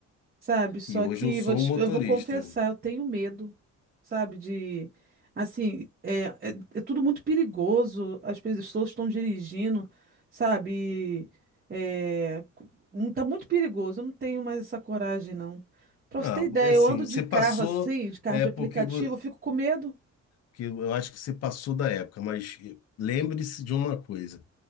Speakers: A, on the right (about 30°); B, on the left (about 55°).
A: sabe? Só
B: e hoje
A: que
B: eu sou
A: vou te-
B: motorista.
A: eu vou confessar, eu tenho medo, sabe? De, assim, é, é, é tudo muito perigoso, as pessoas estão dirigindo, sabe? É, cu- mu- tá muito perigoso, eu não tenho mais essa coragem, não. Pra
B: Ah,
A: você ter ideia,
B: é assim,
A: eu ando
B: você
A: de carro
B: passou,
A: assim, de carro
B: é
A: de
B: porque
A: aplicativo,
B: vo-
A: eu fico com medo.
B: que eu eu acho que você passou da época, mas lembre-se de uma coisa: